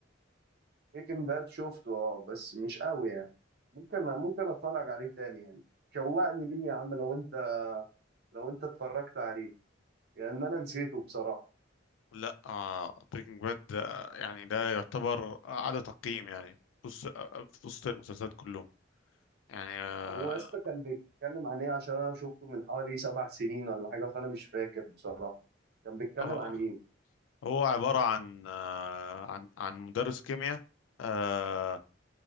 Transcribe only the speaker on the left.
لا آه بريكنج باد آه، يعني ده يعتبر اعلى تقييم يعني في وسط آه، في وسط المسلسلات كلهم يعني آه،
آه،
آه.
هو عبارة عن آه، عن عن مدرس كيمياء آه،